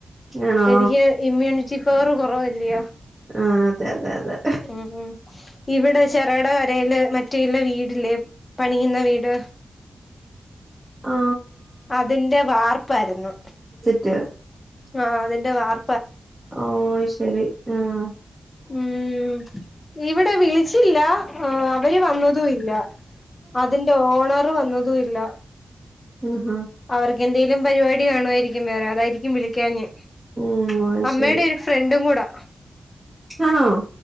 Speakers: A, on the right (about 20°); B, on the left (about 30°).
A: ആണോ
B: എനിക്ക് ഇമ്മ്യൂണിറ്റി പവർ കുറവല്ല്യയോ
A: ആ അതെ അതെ അതെ
B: ഉം ഉം ഇവിടെ ചെറേട യില് മറ്റ ള്ള വീടിലെ. പണിയുന്ന വീട്
A: ആ
B: അതിന്റെ വാർപ്പാരുന്നു.
A: ജ്ജ്.
B: ആ അതിന്റെ വാർ
A: ഓ ശരി ആഹ്.
B: ഉം. ഇവിടെ വിളി ചില്ല അവര് വന്നതുയില്ല അതിന്റെ ഓണ അത്ര വന്നതും ഇല്ല.
A: ആഹാ
B: അവർക്കെന്തേലും പരിപാടി കാണുവായിരി <unintelligible> വേറെ അതായിും വിളിക്കാഞ്ഞേ.
A: ഉം ഓ
B: അമ്മേടെ
A: ശരി
B: ഒരു ഫ്രണ്ടും കൂടാ.
A: ആണോ.